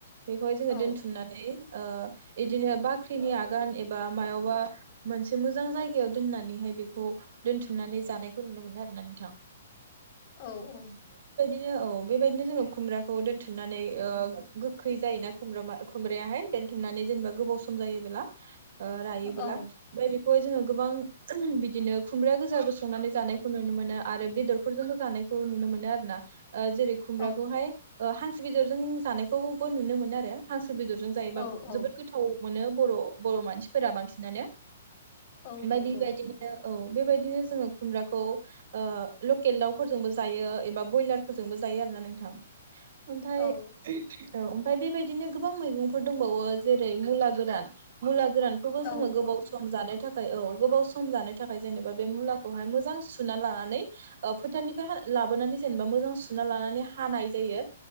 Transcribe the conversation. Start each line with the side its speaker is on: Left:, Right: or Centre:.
Right: बेखौहाय जोङो
Left: औ
Right: दोनथुमनानै ओ इदिनो बाख्रिनि आगान एबा मायावबा मोनसे मोजां जायगायाव दोननानैहाय बेखौ दोनथुमनानै जानायखौ नुनो मोनो आरो ना नोंथां।
Left: औ औ
Right: नो औ बेबायदिनो जोंङो खुमब्राखौ दोनथुमनानै ओ गोखै जायोना खुमब्रा मा खुमब्रायाहाय दोनथुमनानै जेनेबा गोबाव सम जायोब्ला ओ रायोबोला।
Left: औ
Right: ओमफाय बेखौहाय जोंङो गोबां बि दिनो खुमब्रा गोजाबो संनानै जानायखौ नुनो मोनो। आरो बेदरफोरजोंबो जानायखौ नुनो मोनो आरो ना । ओ जेरै खुमब्राखौहाय
Left: औ
Right: ओ हांसो बेदरजों जानाय खौबो नुनो मोनो आरो। हां सो बेदरजों जायोबा
Left: औ औ
Right: जोबोद गोथाव मोनो बर' बर' मानसिफोरा बांसिनानो।
Left: औ
Right: ओमफाय
Left: नंगौ
Right: बिबायदिनो औ बेबायदिनो जोंङो खुमब्राखौ ओ लकेल दावफोरजोंबो जायो एबा ब्रयलारफोरजोंबो जायो आरो ना नोंथां। ओमफाय
Left: औ
Right: औ ओमफाय बेबायदिनो गोबां मैगंफोर दंबावो जेरै मुला गोरान, मुला गोरानखौबो जोंङो
Left: औ
Right: गोबाव
Left: औ
Right: सम जानो था खै औ गोबाव सम जानाय थाखाय जेनेबा बे मुलाखौहाय मोजां सुना लानानै ओ फोथारनिफ्राय लाबोनानै जेनेबा मोजां सुना लानानै हानाय जायो